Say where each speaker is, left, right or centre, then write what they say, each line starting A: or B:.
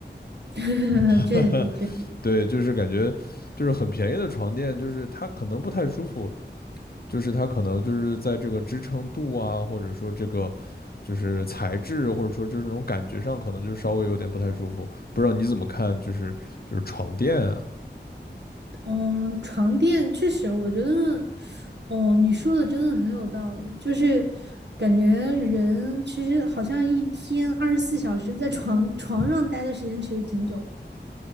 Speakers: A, on the right (about 70°); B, on the left (about 55°).
A: <laughs> 确实确实。
B: <laughs> 对，就是感觉就是很便宜的床垫，就是它可能不太舒服，就是它可能就是在这个支撑度啊，或者说这个就是材质，或者说就是那种感觉上，可能就稍微有点不太舒服。不知道你怎么看？就是就是床垫啊，
A: 嗯，床垫确实，我觉得，哦，你说的真的很有道理，就是感觉人其实好像一天二十四小时在床 <laughs> 床上待的时间其实挺久的